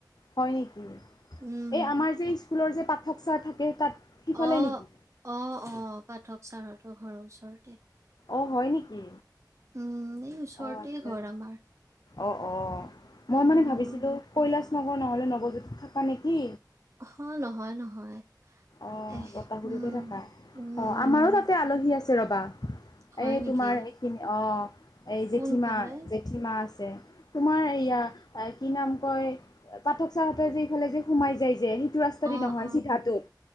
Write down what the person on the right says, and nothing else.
উম
অ',
অ', অ', পাঠক ছাৰত ঘৰৰ ওচৰতে।
উম এই ওচৰতেই
ঘৰ আমাৰ
উম
অ নহয় নহয়
এহ
উম
উম
উম
হয়
নেকি
কোনফালে
অ
অ